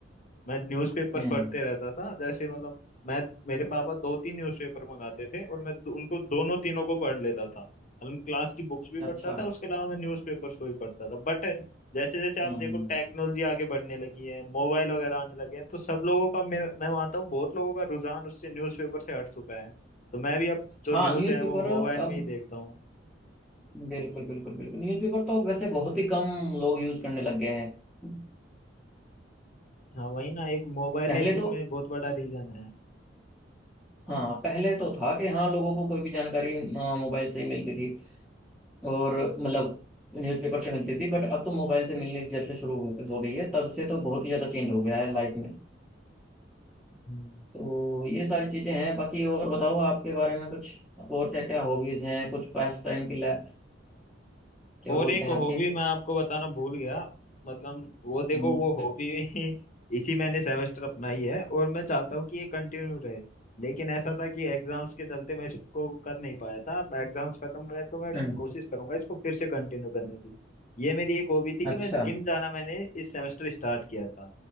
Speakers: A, on the left (about 45°); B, in the centre.
A: मैं न्यूज़पेपर्स
B: हम्म
A: पढ़ते रहता था जैसे मतलब मैं मेरे पापा दो तीन न्यूज़पेपर मंगाते थे और मैं दो- उनको दोनों तीनों को पढ़ लेता था मतलब क्लास की बुक्स भी पढ़ता
B: अच्छा
A: था उसके अलावा मैं न्यूज़पेपर्स को भी पढ़ता था बट जैसे जैसे आप
B: हम्म
A: देखो टेक्नोलॉजी आगे बढ़ने लगी है मोबाइल वगैरह आने लगे हैं तो सब लोगों का मैं मैं मानता हूँ बहुत लोगों का रुझान उससे न्यूज़पेपर से हट चुका है तो मैं भी अब जो
B: हाँ
A: न्यूज़
B: न्यूज़पेपर
A: है वो मोबाइल
B: अब
A: में ही देखता हूँ
B: बिल्कुल बिल्कुल बिल्कुल न्यूज़पेपर तो अब वैसे बहुत ही कम लोग यूज करने लग गए हैं
A: हाँ वही ना एक मोबाइल
B: पहले
A: एक इसमें
B: तो
A: बहुत बड़ा रीजन है
B: हाँ पहले तो था कि हाँ लोगों को कोई भी जानकारी अ, मोबाइल से ही मिलती थी और मतलब न्यूज़पेपर से मिलती थी बट अब तो मोबाइल से मिलनी जब से शुरू हो हो गई है तब से तो बहुत ही ज़्यादा चेंज हो गया है लाइफ में
A: हम्म
B: तो ये सारी चीज़ें हैं बाकी और बताओ आपके बारे में कुछ और क्या क्या हॉबीज़ हैं कुछ पास टाइम के लिए अ, क्या
A: और
B: बोलते
A: एक
B: हैं आपकी
A: हॉबी मैं आपको बताना भूल गया मतलब वो देखो
B: हम्म
A: वो हॉबी <laughs> इसी मैंने सेमेस्टर अपनाई है और मैं चाहता हूँ कि ये कंटिन्यू रहे लेकिन ऐसा था कि एग्जाम्स के चलते मैं इसको कर नहीं पाया था अब एग्जाम्स खत्म हुए हैं, तो मैं
B: हम्म,
A: कोशिश करूंगा इसको फिर से कंटिन्यू करने की ये मेरी एक हॉबी थी
B: अच्छा
A: कि मैं जिम जाना मैंने इस सेमेस्टर स्टार्ट किया था